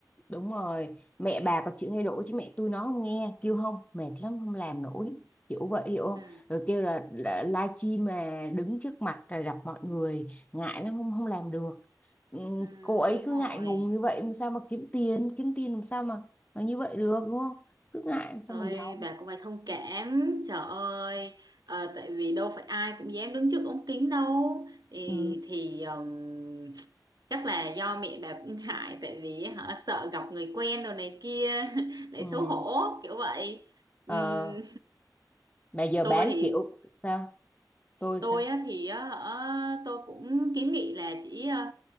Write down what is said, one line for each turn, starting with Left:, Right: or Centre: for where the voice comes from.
Left: đúng rồi. Mẹ bà có chịu thay đổi chứ mẹ tôi nó không nghe, kêu không, mệt lắm không làm nổi. Kiểu vậy hiểu không?
Right: Ừ,
Left: Rồi kêu là, là live stream mà đứng trước mặt là gặp mọi người, ngại lắm không không làm được. Ừ,
Right: ừ,
Left: cô ấy
Right: đúng
Left: cứ
Right: rồi
Left: ngại ngùng như vậy làm sao mà kiếm tiền, kiếm tiền làm sao mà mà như vậy được đúng không? Cứ ngại làm sao
Right: Thôi
Left: mà giàu.
Right: bà cũng phải thông cảm Trời ơi Ờ, Tại vì đâu phải ai cũng dám đứng trước ống kính đâu Thì,
Left: ừ.
Right: thì ừm, chắc là do mẹ bà cũng ngại Tại vì họ sợ gặp người quen đồ này kia <laughs> Lại
Left: Ừ.
Right: xấu hổ kiểu vậy
Left: Ờ,
Right: Ừm,
Left: mà giờ
Right: Tôi
Left: bán
Right: thì
Left: kiểu sao tôi
Right: tôi
Left: sao
Right: á, thì á, hả, tôi cũng kiến nghị là chỉ ờ,